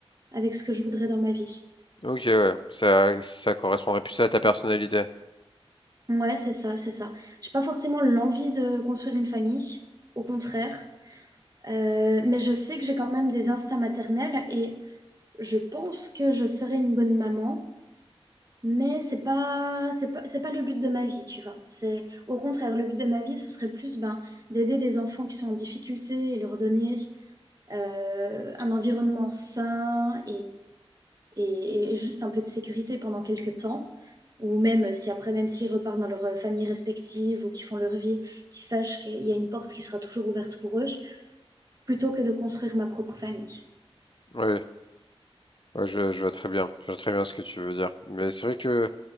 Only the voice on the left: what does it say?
Ok, ouais, ça, ça correspondrait plus à ta personnalité.
Ouais, ouais, je, je vois très bien. Je vois très bien ce que tu veux dire. Mais c'est vrai que